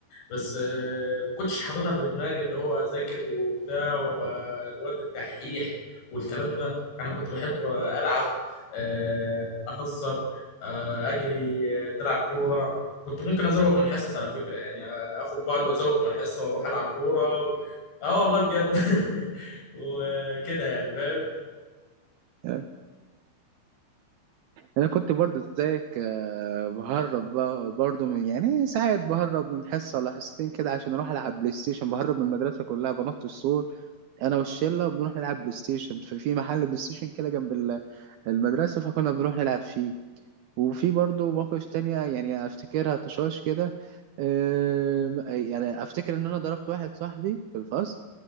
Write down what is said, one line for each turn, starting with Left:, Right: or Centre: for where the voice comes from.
Left: بس آه، ما كنتش حاططها في دماغي اللي هو اذاكر وبتاع وابقى الواد الدحيح والكلام ده انا كنت بحب آه، العب آه، اهزر آه، اجري آه، نلعب كوره كنت ممكن ازوغ من الحصص على فكره يعني آه، اخد بعض وازوغ من الحصه واروح العب كوره و... اه والله بجد <laughs> وكده يعني فاهم
Right: آه، انا كنت برضو زيك آه، بهرب ب- برضو من يعني ساعات بهرب من حصه ولا حصتين كده عشان اروح العب بلاي ستيشن بهرب من المدرسه كلها بنط السور انا والشله وبنروح نلعب بلاي ستيشن في في محل بلاي ستيشن كده جنب ال- المدرسه فكنا بنروح نلعب فيه وفي برضو مواقف تانية يعني افتكرها طشاش كده آه، يعني افتكر ان انا ضربت واحد صاحبي في الفصل